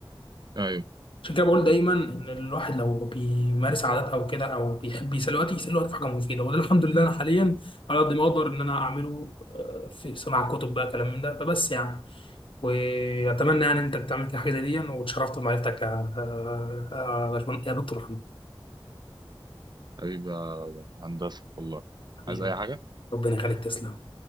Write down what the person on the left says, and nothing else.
عشان كده بقول دايما ان الواحد لو بيمارس عادات او كده او بيحب يسلي وقت يسلي وقت في حاجه مفيده وده الحمد لله انا حاليا على قد ما اقدر ان انا اعمله آه، في سماع كتب بقى كلام من ده فبس يعني واتمنى يعني انت بتعمل كده حاجه زي دي واتشرفت بمعرفتك يا آه، آه، يا باشمهندس- يا دكتور محمد
حبيبي
ربنا يخليك تسلم